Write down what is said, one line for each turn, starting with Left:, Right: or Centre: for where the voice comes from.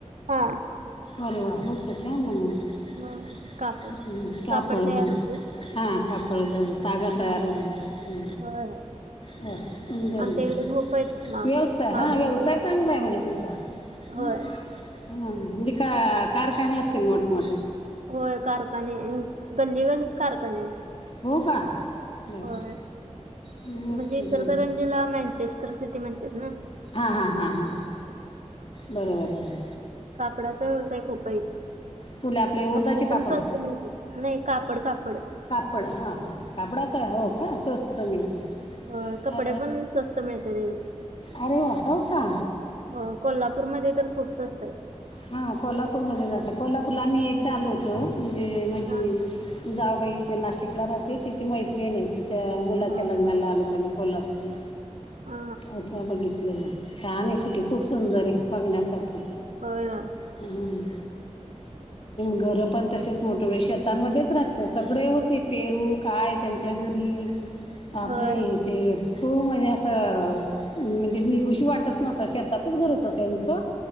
Right: हा
Left: अरे वा होत छ न मग
Right: हा कापड
Left: का
Right: कापड
Left: पड
Right: तयार होते.
Left: हां कापड ज तग तयाारी
Right: हा
Left: आहेग श ह
Right: होय
Left: ह संदर
Right: आमच्या
Left: म
Right: इकडे खूप आहेत माग
Left: व्यवसाय
Right: माग
Left: हा व्यवसाय
Right: म्हणतात. त्याला.
Left: चांगला आहे म्हणजे तसा ह
Right: होय
Left: म्हणे का कारखाने असतील मोठ मोटे
Right: होय कारखाने गल्ली गल्त कारखाने
Left: हो का बर
Right: हो
Left: मग
Right: म्हणजेलं
Left: तुला
Right: जिला मॅँचेस्टर सिटी म्हणतात ना
Left: हां हां हा हा बरोबर आहे
Right: कापडाचा व्यवसाय खूप आहे
Left: फुले आपले उडदाचे
Right: कपडे पण
Left: पापड
Right: स्वस्त मिळतील नाही कापड कापड
Left: कापड हा हा कापडाच हो का स्वस्त मिळतो
Right: होय कपडे
Left: अे
Right: पण स्वस्त मिळतात
Left: अे वा हव का
Right: अ कोल्हापूरमध्येध्ये तर खूप स्वस्त असते
Left: हा कोल्हापूरमध्ये जात कोल्हापूरला आम्ही एकदा
Right: हा
Left: आलो होतो म्हणजे माजी
Right: हा
Left: जावबाई ते नाशिकला राहते तिची मैत्री नाही त च्या मुलाच्या
Right: हा
Left: लग्नाला
Right: हा.
Left: आल होत मी कोल्हापूरला
Right: हा
Left: अथ बघितलेलं छान आहे सिटी खूप सुंदर आहे बघण्यासारखी
Right: हळ
Left: म घरं पण तसेच मोठे वेळ शेतांमध्येच राहतते ते सगळे होते पेरू काय त्यांच्या घरी आपपडे
Right: होय
Left: ते खूप म्हजे असं म्हणजे निघुशी वाटत नव्हत शेतातच घर होत त्यांचं